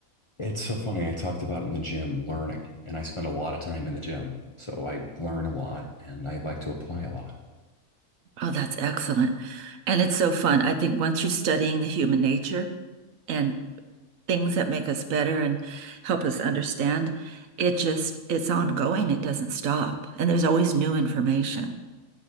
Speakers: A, on the left (about 30°); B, on the right (about 75°).
A: It's so funny. I talked about in the gym learning, and I spend a lot of time in the gym. So I learn a lot and I like to apply a lot.
B: Oh, that's excellent. And it's so fun. I think once you're studying the human nature and things that make us better and help us understand. It just, it's ongoing. It doesn't stop. And there's always new information.